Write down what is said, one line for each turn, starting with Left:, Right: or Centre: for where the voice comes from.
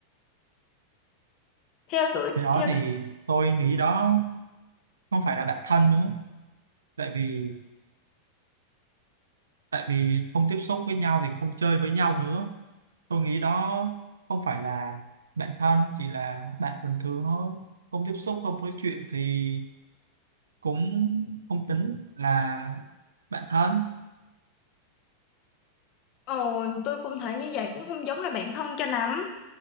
Left: theo tôi
Right: cái đó
Left: theo
Right: thì
Left: tôi
Right: tôi nghĩ đó không phải là bạn thân nữa tại vì tại vì không tiếp xúc với nhau thì không chơi với nhau nữa tôi nghĩ đó không phải là bạn thân chỉ là bạn bình thường thôi không tiếp xúc không nói chuyện thì cũng không tính là bạn thân
Left: ồ tôi cũng thấy như vậy cũng không giống là bạn thân cho lắm